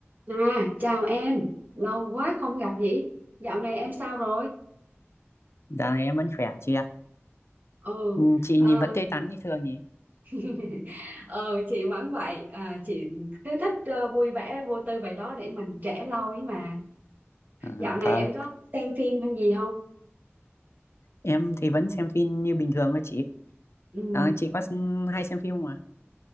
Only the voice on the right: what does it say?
À, chào em, lâu quá không gặp nhỉ? Dạo này em sao rồi?
Ừ,
à,
<laughs> ừ chị vẫn vậy, à, chị cứ thích ờ, vui vẻ vô tư vậy đó để mình trẻ lâu ấy mà.
Dạo này
em có xem phim hay gì không?
Ừ.